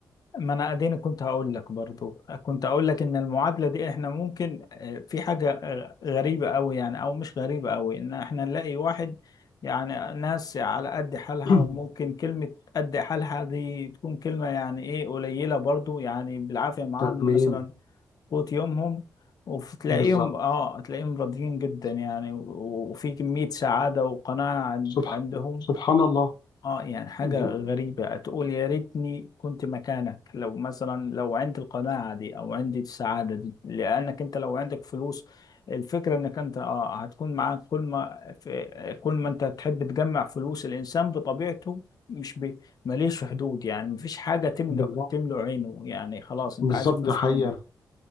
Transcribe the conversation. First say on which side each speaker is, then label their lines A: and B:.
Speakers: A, on the left; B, on the left.
A: ما انا اديني كنت هقول لك برضو كنت اقول لك ان المعادله دي احنا ممكن آه، في حاجه آه، غريبه قوي يعني او مش غريبه قوي ان احنا نلاقي واحد يعني ناس على قد حالها
B: <clears throat>
A: وممكن كلمه قد حالها دي تكون كلمه يعني ايه قليله برضو يعني بالعافيه معاهم
B: تمام
A: مثلا قوت يومهم وتلاقيهم
B: بالظبط
A: اه تلاقيهم راضيين جدا يعني و- وفي كميه سعاده وقناعه عند-
B: سبحان
A: عندهم
B: سبحان الله
A: اه يعني حاجة
B: دي-
A: غريبة تقول يا ريتني كنت مكانك لو مثلا لو عندي القناعة دي او عندي السعادة دي لانك انت لو عندك فلوس الفكرة انك انت اه هتكون معاك كل ما في كل ما انت تحب تجمع فلوس الانسان بطبيعته مش بي- ماليش حدود يعني مفيش حاجة تملأ
B: بالظبط
A: تملأ عينه يعني خلاص انت
B: بالظبط
A: عايز فلوس
B: ده حقيقه
A: تاني